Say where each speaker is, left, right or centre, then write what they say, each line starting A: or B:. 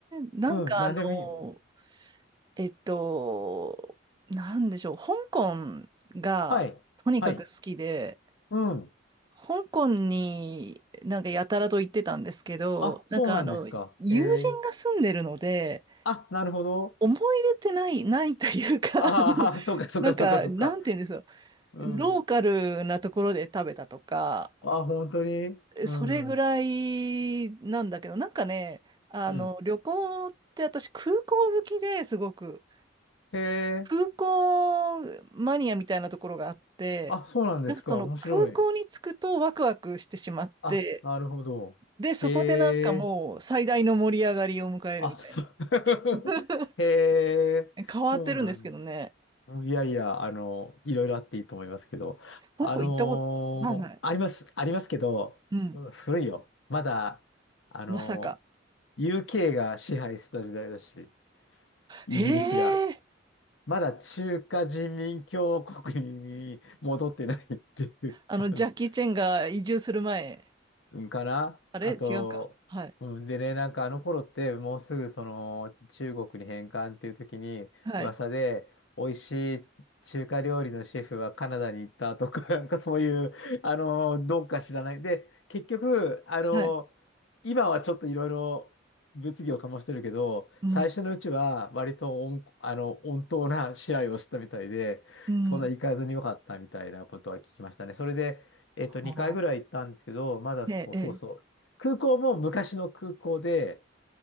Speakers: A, on the right; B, on the left.
A: なんかあの、
B: うん、なんでもいいよ。
A: えっと、なんでしょう。香港がとにかく好きで、
B: はい。はい。うん。
A: 香港になんかやたらと行ってたんですけど、
B: あ、そうなんですか。
A: なんかあの、友人が住んでるので、
B: えー、あ、なるほど。
A: 思い出ってない、ないというか、
B: ああ、
A: あの
B: <laughs> そうか、そうか、
A: なんか、
B: そうか、そうか。
A: なんて言うんですよ。
B: うん。
A: ローカルなところで食べたとか、
B: あ、本当にうん。
A: それぐらいなんだけど、なんかね、あの、
B: うん。
A: 旅行って私空港好きですごく、
B: へ
A: 空港マニアみたいなところがあって、
B: え。あ、そうなんですか。
A: なんかその空港に着くとワクワクしてしまって、
B: 面白い。あ、なるほど。
A: で、そこでなんかもう最大の盛り上がりを迎えるみたいな。
B: へえ。あ、そう。
A: <laughs>
B: <laughs> へえ、
A: 変わってるんですけどね。
B: そうなんだ。うんいやいや、あの、いろいろあっていいと思いますけど、
A: 香港行ったこと、
B: あのーあります、
A: はいはい。
B: ありますけど、
A: うん。
B: うん古いよ。まだ、あのー
A: まさか。
B: UK が支配してた時代だし、イギリスが。
A: へえ。
B: まだ中華人民共和国に戻ってないっていう、
A: あの、
B: あの、
A: ジャッキー・チェンが移住する前。
B: うんかな。
A: あれ違うか。
B: あと、
A: はい。
B: うん、でね、なんかあの頃ってもうすぐその中国に返還っていう時に噂で美味しい中華料理のシェフはカナダに行ったとか、
A: はい。
B: <laughs> なんかそういう、あの、どうか知らない。で、結局、あの、
A: はい。
B: 今はちょっといろいろ物議を醸してるけど、
A: うん。
B: 最初のうちは割と温、あの、温当な試合をしたみたいで、
A: うん。
B: そんな行かずによかったみたいなことは聞きましたね。それでえっと、2回ぐらい行ったんですけど、
A: あ
B: まだそうそうそう。
A: ーええ、ええ。
B: 空港も昔の空港で、